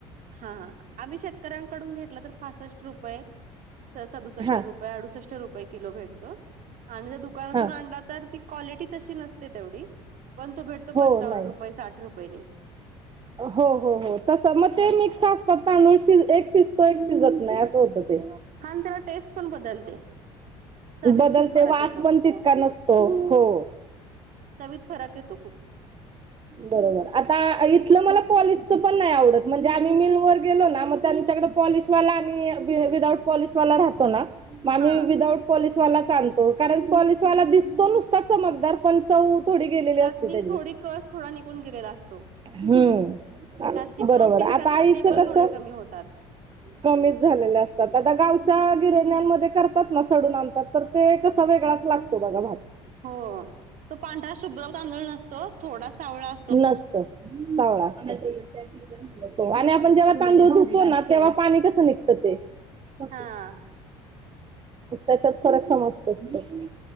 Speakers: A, on the right; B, on the right.
A: हा हा. आम्ही शेतकऱ्यांकडून घेतलं तर पासष्ट रुपये, सदुसष्ट
B: हा
A: रुप आडूष्ट रुपये किलो भेटतो आणि जर दुकानातून
B: हा
A: आणला तर ते क्वालिटी तशी नसते तेवढी, पण तो भेटतो
B: हो
A: पंचावन्न
B: नाही.
A: रुपये साठ रुपयेनी.
B: हो हो हो. तसं मग
A: हां.
B: ते मिक्स असतात तांदूळ शिज एक शि जतो एक शिजत नाही असं होत ते.
A: हां आणि त्याला टेस्ट पण बदलते. चवीत
B: बदलते
A: खूप फरक
B: वास
A: येतो.
B: पण तितका नसतो हो.
A: चवीत फरक येतो खूप.
B: बरोबर. आता इथलं मला पॉलिसचं पण नाही आवडत म्हणजे आम्ही मिलवरर गेलो ना मग त्यांच्याकडं पॉलिशवाला आणि वि-विदाऊट पॉलिशवाला राहतो ना मग आम्ही
A: हां,
B: विदाउट पॉलीशवालाच आणतो. कारण पॉलिशवाला दिसतो नुसता चमकदार, पण चव थोडी गेलेली
A: त्यातली
B: असते त्याची.
A: थोडी कस थोडा निघून गेलेला चव
B: हम्म
A: त्यात जी
B: बरोबर
A: प्रोटीन्स
B: आता
A: असतात
B: आईचं
A: ते पण
B: कसं
A: थोडे कमी होतात.
B: कमीच झालेल्या असतात. आता गावच्या गिरण्यामध्ये करतात ना सडून आणतात, तर ते कसा वेगळाच लागतो बघा भात.
A: हो तो पांढरा शुभ्र तांदूळ नसतो, थोडा सावळा अस
B: नसतो सावळा असतो.
A: बरोबर
B: आणि आपण
A: ना
B: जेव्हा तांदूळ धुतो ना तेव्हा पाणी कसं निघतं ते? मग
A: हा
B: त्याच्यात फरक समजतोच की.